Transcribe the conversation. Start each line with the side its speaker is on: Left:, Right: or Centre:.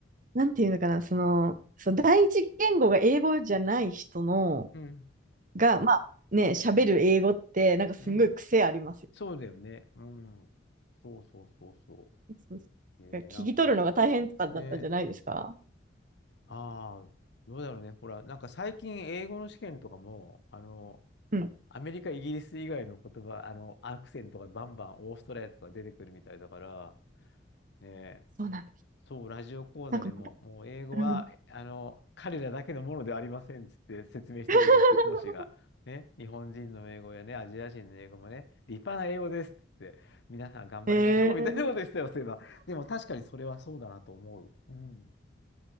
Right: なんていうのかな、その、そう、第一言語が英語じゃない人の、
Left: うん。
Right: が、まあね、喋る英語って、なんかすんごい癖ありますよ。
Left: うん。そうだよね。うん。そうそうそうそ
Right: そう
Left: う。えー、
Right: そう聞き取るのが大変とかだったんじゃないですか
Left: なんか、ね、ああ、どうだろうね。ほら、なんか最近英語の試験とかも、あの、
Right: うん、
Left: アメリカ、イギリス以外の言葉、あの、アクセントがバンバンオーストラリアとか出てくるみたいだから、ね、
Right: そうなんです。
Left: そう、ラジオ講座でも、
Right: なんか、
Left: もう英語は、
Right: うん。
Left: あの、彼らだけのものではありませんっつって説明してくれて、
Right: <laughs>
Left: 講師が、ね、日本人の英語やね、アジア人の英語もね、立派な英語ですっつって、皆さん頑張りましょうみたいなことでしたよ、
Right: へえい
Left: そういえば。でも確かにそれはそうだなと思う。うん。